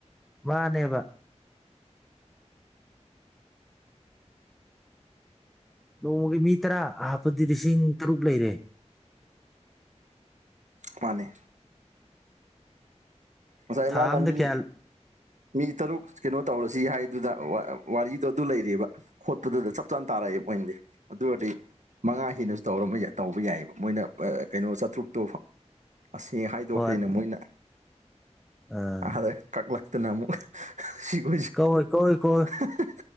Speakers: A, in the centre; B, on the right (about 85°).
A: ꯃꯥꯅꯦꯕ ꯅꯣꯡꯃꯒꯤ ꯃꯤ ꯇꯔꯥ ꯑꯍꯞꯄꯗꯤ ꯂꯤꯁꯤꯡ ꯇꯔꯨꯛ ꯂꯩꯔꯦ
B: ꯃꯥꯅꯦ ꯉꯁꯥꯏ
A: ꯊꯥ
B: ꯃꯥꯅ
A: ꯑꯝꯗ
B: ꯃꯤ
A: ꯀꯌꯥ
B: ꯃꯤ ꯇꯔꯨꯛ ꯀꯩꯅꯣ ꯇꯧꯔꯁꯤ ꯍꯥꯏꯗꯨꯗ ꯋꯥꯔꯤꯗꯣ ꯑꯗꯨ ꯂꯩꯔꯤꯕ ꯈꯣꯠꯄꯗꯨꯗ ꯆꯞ ꯆꯥꯅ ꯇꯥꯔꯛꯏ ꯄꫭꯏꯟꯗꯤ ꯑꯗꯨ ꯑꯣꯏꯔꯗꯤ ꯃꯉꯥ ꯍꯦꯟꯅꯁꯨ ꯇꯧꯔꯝꯕ ꯇꯧꯕ ꯌꯥꯏꯑꯕ ꯃꯣꯏꯅ ꯀꯩꯅꯣ ꯆꯥꯇ꯭ꯔꯨꯛꯇꯣ ꯐꯥ ꯑꯁꯤ ꯍꯥꯏꯗꯣꯛꯈ꯭ꯔꯦꯅꯦ
A: ꯍꯣꯏ
B: ꯃꯣꯏꯅ
A: ꯑ
B: ꯑꯗꯦ ꯀꯛꯂꯛꯇꯅ ꯑꯃꯨꯛ ꯁꯤꯒꯩꯏ
A: ꯀꯛꯑꯣꯏ ꯀꯛꯑꯣꯏ ꯀꯛꯑꯣꯏ
B: ꯑ ꯍ ꯍ